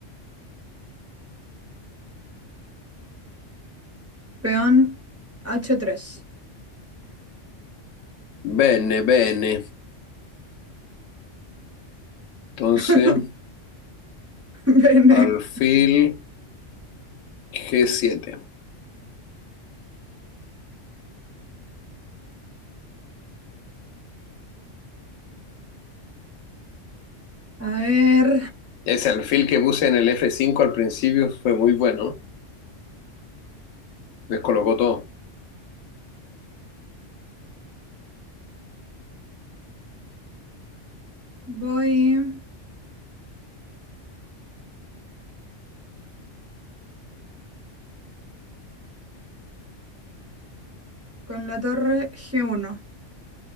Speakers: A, on the right (about 15°); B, on the left (about 85°).
A: peón h tres.
B: Bene, bene. Entonces,
A: <laughs> Bene.
B: alfil G7.
A: A ver,
B: Ese alfil que puse en el F5 al principio fue muy bueno. Descolocó todo.
A: voy con la torre g uno.